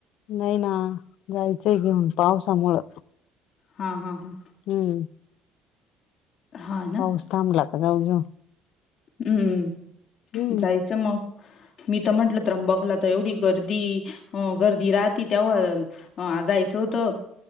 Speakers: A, on the left; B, on the left.
A: नाही ना जायचंय घेऊन पावसामुळ.
B: हा हा हा.
A: हम्म.
B: हा
A: पाऊसथांबला का जाऊ घेऊ.
B: हम्मम्
A: हम्म
B: जायचं मग. मी तर म्हंटलं त्र्यंबकला तर एवढी गर्दी अ गर्दी राहती तेव्हा. ह जायचं होतं